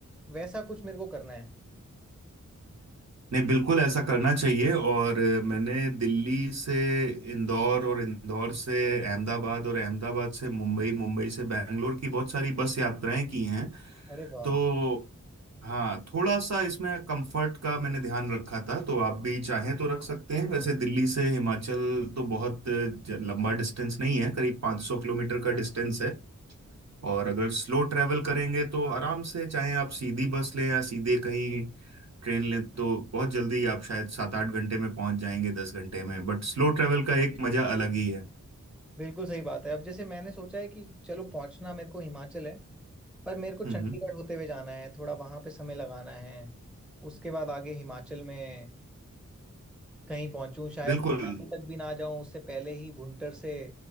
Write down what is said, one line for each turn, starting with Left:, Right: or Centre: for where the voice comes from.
Centre: वैसा कुछ मेरे को करना है
Right: नहीं बिल्कुल ऐसा करना चाहिए और अ, मैंने दिल्ली से इंदौर और इंदौर से अहमदाबाद और अहमदाबाद से मुंबई मुंबई से बैंगलोर की बहुत सारी बस यात्राएं की हैं
Centre: अरे वाह
Right: तो हाँ थोड़ा सा इसमें कंफर्ट का मैंने ध्यान रखा था तो आप भी चाहें तो रख सकते हैं वैसे दिल्ली से हिमाचल तो बहुत ज- लंबा डिस्टेंस नहीं है करीब 500 किलोमीटर का डिस्टेंस है और अगर स्लो ट्रैवल करेंगे तो आराम से चाहे आप सीधी बस लें या सीधे कहीं ट्रेन लें तो बहुत जल्दी आप शायद सात आठ घंटे में पहुंच जाएंगे दस घंटे में बट स्लो ट्रैवल का एक मजा अलग ही है
Centre: बिल्कुल सही बात है अब जैसे मैंने सोचा है कि चलो पहुंचना मेरे को हिमाचल है पर मेरे को चंडीगढ़
Right: हम्म हम्म,
Centre: होते हुए जाना है थोड़ा वहां पे समय लगाना है उसके बाद आगे हिमाचल में कहीं पहुंचूं शायद
Right: बिल्कुल
Centre: मनाली तक भी ना जाऊं उससे पहले ही भुंटर से